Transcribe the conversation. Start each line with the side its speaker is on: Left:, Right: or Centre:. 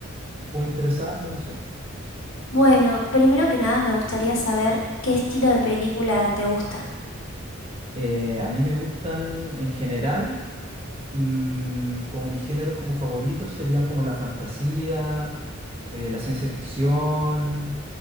Right: puedo interesarme, no sé.
Left: Bueno, primero que nada me gustaría saber qué estilo de película te gusta.
Right: Eh, a mí me gustan en general. mm, como mis géneros como favoritos serían como la fantasía, eh, la ciencia ficción